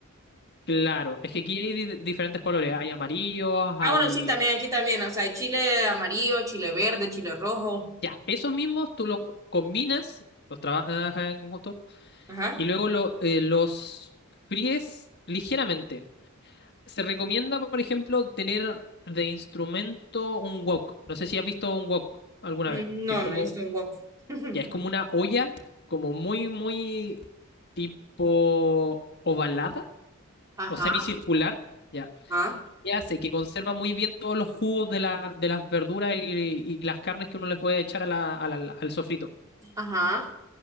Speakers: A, on the left (about 50°); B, on the right (about 15°).
A: Claro, es que aquí hay di- diferentes colores, hay amarillos, hay...
B: Ah, bueno, sí, también, aquí también. O sea, hay chile amarillo, chile verde, chile rojo.
A: Ya, esos mismos tú los combinas, los trabajas en conjunto,
B: Ajá.
A: y luego lo- eh, los fríes ligeramente. Se recomienda, por ejemplo, tener de instrumento un wok. No sé si has visto un wok alguna
B: Mm,
A: vez,
B: No,
A: que es como,
B: no he visto un wok. <laughs>
A: ya, es como una olla, como muy, muy tipo ovalada
B: Ajá.
A: o semicircular, Ya.
B: Ajá.
A: que hace que conserva muy bien todos los jugos de, la- de las verduras y, y las carnes que uno les puede echar a la- a la- al sofrito.
B: Ajá.